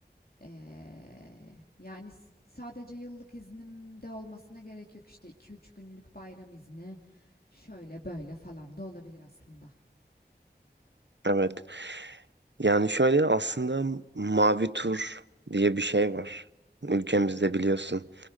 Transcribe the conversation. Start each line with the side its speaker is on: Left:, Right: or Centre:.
Left: Ee, yani s- sadece yıllık iznimde olmasına gerek yok işte iki üç günlük bayram izni şöyle böyle falan da olabilir aslında.
Right: Evet. Yani şöyle aslında mavi tur diye bir şey var. Ülkemizde biliyorsun.